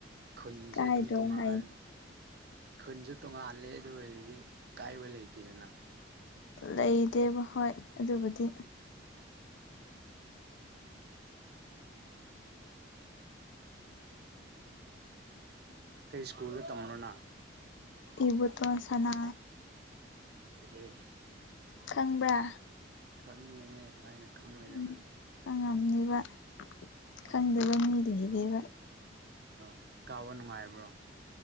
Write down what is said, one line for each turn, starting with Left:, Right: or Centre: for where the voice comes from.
Right: ꯈꯨꯟꯖꯦ
Left: ꯀꯥꯏꯗ꯭ꯔꯣ
Right: ꯑꯗꯨꯝ ꯇꯣꯉꯥꯟ
Left: ꯍꯥꯏ
Right: ꯈꯨꯟꯖꯨ ꯇꯣꯡꯉꯥꯜꯂꯦ ꯑꯗꯨ ꯑꯣꯏꯔꯗꯤ ꯀꯥꯏꯕ ꯂꯩꯇꯦꯗꯅ꯫
Left: ꯂꯩꯗꯦꯕ ꯍꯣꯏ ꯑꯗꯨꯕꯨꯗꯤ꯫
Right: ꯀꯩ ꯁ꯭ꯀꯨꯜꯗ ꯇꯝꯕꯔꯣꯅꯥ꯫
Left: ꯏꯕꯨꯇꯣꯟ ꯁꯅ꯫
Right: ꯑꯦ
Left: ꯈꯪꯕ꯭ꯔꯥ꯫
Right: ꯈꯪꯉꯦꯅꯦ ꯉꯥꯏꯅ ꯈꯪꯉꯣꯏꯗꯕꯅꯣ꯫
Left: ꯎꯝ ꯈꯪꯉꯝꯅꯤꯕ ꯈꯪꯗꯕ ꯃꯤꯗꯨꯅꯤꯅꯦꯕ꯫
Right: ꯍ ꯀꯥꯎꯕ ꯅꯨꯡꯉꯥꯏꯕ꯭ꯔꯣ꯫